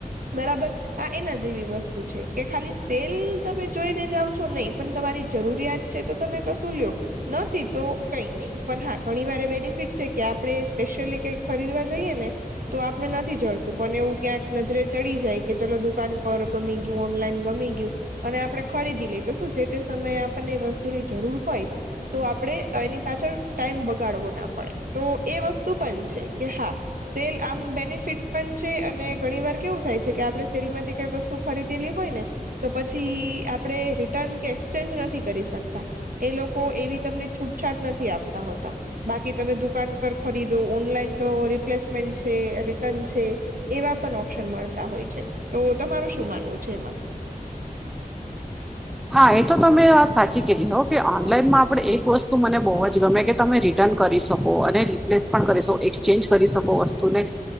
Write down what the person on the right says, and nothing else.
બરાબર આ એના જેવી વસ્તુ છે કે ખાલી સેલ તમે જોઈને જાાવ છો નહી પણ તમારી જરૂરિયાત છે તો તમે કશું લ્યો નથી તો કઈ નહી પણ હા ઘણી વાર બેનિફિટ છે કે આપણે સ્પેશિયલી કઈક ખરીદવા જઈએ ને તો આપને નથી જડતું પણ એવું ક્યાંક નજરે ચડી જાય કે ચલો દુકાન પર ગમી ગયું ઓનલાઈન ગમી ગયું અને આપણે ખરીદી લઈ તો શું જે તે સમયે આપણને વસ્તુની જરૂર હોય તો આપડણે એની પાછળ ટાઈમ બગાડવો ના પડે તો એ વસ્તુ પણ છે કે હા સેલ આમ બેનિફિટ પણ છે અને ઘણી વાર કેવું થાય છે કે આપણે સેલ માંથી કઈ વસ્તુ ખરીદેલી હોય ને તો પછી આપડે રિટર્ન કે એક્સચેન્જ નથી કરી શકતા એ લોકો એવી તમને છૂટછાટ નથી આપતા હોતા બાકી તમે દુકાન પર ખરીદો ઓનલાઈન તો રિપ્લેસમેન્ટ છે રિટર્ન છે એવા પણ ઓપ્શન મળતા હોય છે તો તમારું શું માનવું છે એમાં